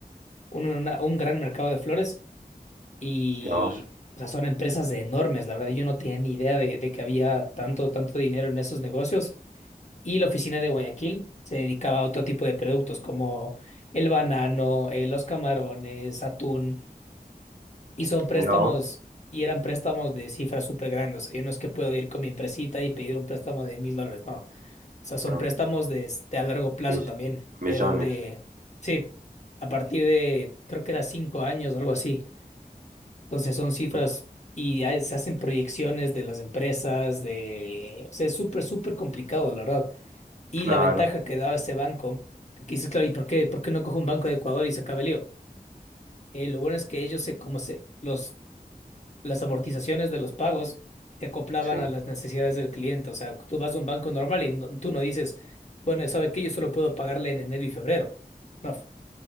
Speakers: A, on the left (about 45°); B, on the right (about 60°).
A: un, una- un gran mercado de flores y,
B: vos,
A: o sea, son empresas enormes. La verdad, yo no tenía ni idea de, de que había tanto, tanto dinero en esos negocios. Y la oficina de Guayaquil se dedicaba a otro tipo de productos como el banano, eh, los camarones, atún. Y son préstamos,
B: mira vos.
A: y eran préstamos de cifras súper grandes. O sea, yo no es que puedo ir con mi empresita y pedir un préstamo de mil dólares, no sea, son
B: No,
A: préstamos de, este, a largo plazo
B: mill-
A: también.
B: millones.
A: Eran de, sí, a partir de, creo que era cinco años, algo así. Entonces son cifras
B: Mm,
A: y hay- se hacen proyecciones de las empresas, de, o sea, es súper, súper complicado, la verdad. Y
B: Claro,
A: la ventaja que daba ese banco, que dices, claro, ¿y por qué, por qué no cojo un banco de Ecuador y se acaba el lío? Eh, lo bueno es que ellos se, como se, los las amortizaciones de los pagos se acoplaban
B: sí.
A: a las necesidades del cliente. O sea, tú vas a un banco normal y no- tú no dices, bueno, ¿sabe qué? Yo solo puedo pagarle en enero y febrero. No,